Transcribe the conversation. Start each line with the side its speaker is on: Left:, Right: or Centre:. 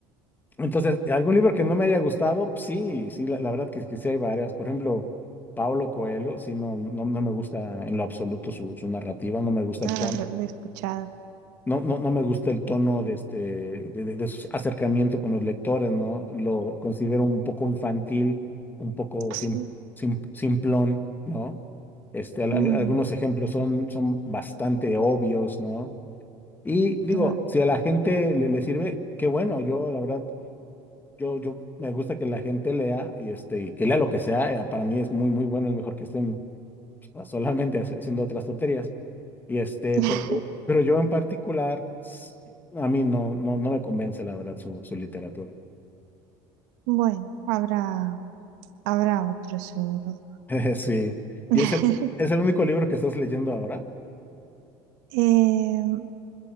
Left: Entonces, ¿algún libro que no me haya gustado? Sí, sí, la, la verdad que, que sí hay varias. Por ejemplo, Pablo Coelho, sí, no, no, no me gusta en lo absoluto su, su narrativa, no me gusta
Right: Ah,
Left: el tono.
Right: lo, lo he escuchado.
Left: No, no, no me gusta el tono de este, de, de- de su acercamiento con los lectores, ¿no? Lo considero un poco infantil, un poco sim-
Right: Sí,
Left: sim- simplón, ¿no? Este, al-
Right: Mm,
Left: al- algunos ejemplos son, son bastante obvios, ¿no? Y digo,
Right: claro.
Left: si a la gente le, le sirve, qué bueno, yo la verdad, yo, yo me gusta que la gente lea y este, y que lea lo que sea, eh, para mí es muy, muy bueno, es mejor que estén pues, solamente haci- haciendo otras tonterías. Y este,
Right: <laughs>
Left: pero yo, pero yo en particular, s- a mí no, no, no me convence la verdad su, su literatura.
Right: Bueno, habrá, habrá otro seguro.
Left: <laughs> Sí.
Right: <laughs>
Left: Y es el, es el único libro que estás leyendo ahora.
Right: Eh,